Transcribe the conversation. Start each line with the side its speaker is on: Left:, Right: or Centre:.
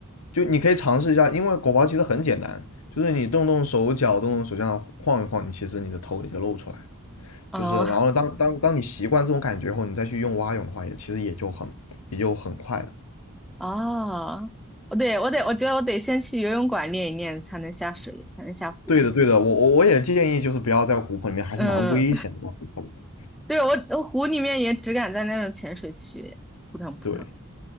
Left: 就你可以尝试一下，因为狗刨其实很简单，就是你动动手脚，动动手这样晃一晃，你其实你的头也就露出来了。
Centre: 嗯，
Left: 就是然后呢当当当你习惯这种感觉后，你再去用蛙泳的话，也其实也就很也就很快的。
Centre: 啊，我得，我得，我觉得我得先去游泳馆练一练，才能下水，才能下湖。
Left: 对的，对的，我我我也建议就是不要在湖泊里面，还是蛮危险的，
Centre: 嗯，
Left: 在湖泊里面。
Centre: <laughs> 对，我，我湖里面也只敢在那种浅水区扑腾扑腾。
Left: 对，